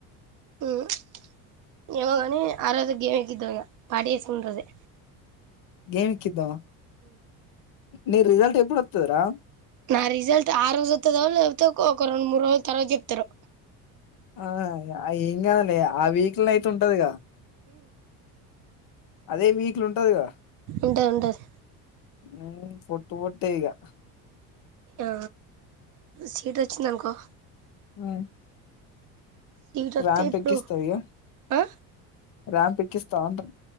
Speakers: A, on the right; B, on the left.
A: ఉమ్ ఏమోగని ఆరోజే గేమ్ ఎక్కిద్దాం ఇగ పార్టీ చేసుకున్న రోజే
B: గేమ్ ఎక్కిద్దామా ని రిజల్ట్ ఎప్పుడు వత్తదిరా
A: నా రిజల్ట్ ఆ రోజు వత్తదో లేకపోతే ఒక రెండు మూడు రోజుల తర్వాత చెప్తరో
B: ఆ ఏం కాదులే ఆ వీక్ ల్నాయితే ఉంటదిగా అదే వీక్లు ఉంటదిగదా
A: ఉంటది ఉంటది
B: ఉం పొట్టు పొట్టేయిగా
A: ఆ సీట్ వచ్చిందనుకో
B: ఉమ్
A: సీట్ వత్తే
B: ర్యాంప్
A: ఇప్పుడు
B: ఎక్కిస్తావ ఇగా
A: ఆ
B: రాంపికిస్తావా అంటున్న